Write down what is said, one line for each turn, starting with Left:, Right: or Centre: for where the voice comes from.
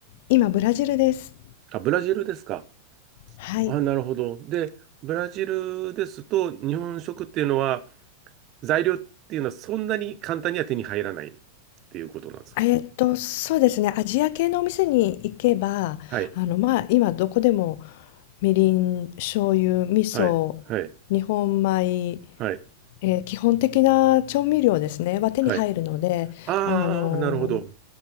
Left: 今、ブラジルです。
Right: あ、ブラジルですか。
Left: はい。
Right: あ、なるほど。で、ブラジルですと日本食っていうのは材料っていうのはそんなに簡単には手に入らないっていうことなんですか
Left: えっと、そうですね。アジア系のお店に行けば、
Right: はい、
Left: あの、まあ、今どこでもみりん、醤油、味噌、
Right: はい、はい、
Left: 日本米、
Right: はい、
Left: えー基本的な調味料ですね、は手に入るので、
Right: はい。ああ、
Left: あのー
Right: なるほど。